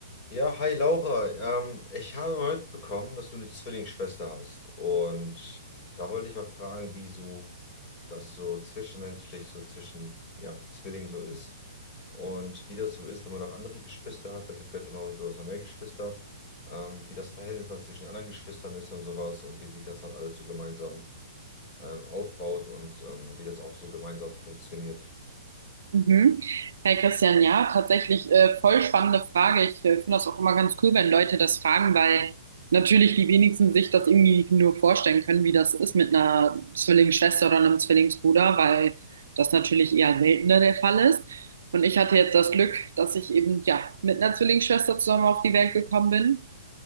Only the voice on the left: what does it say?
Ja, hi Laura. Ähm, ich habe mal mitbekommen, dass du eine Zwillingsschwester hast. Und da wollte ich mal fragen, wie so das so zwischenmenschlich, so zwischen ja, Zwillingen so ist. Und wie das so ist, wenn man noch andere Geschwister hat. Weil ich habe gehört, du, noch- du hast noch mehr Geschwister. Ähm, wie das Verhältnis dann zwischen den anderen Geschwistern ist und sowas. Und wie sich das dann alles so gemeinsam ähm, aufbaut und ähm, wie das auch so gemeinsam funktioniert.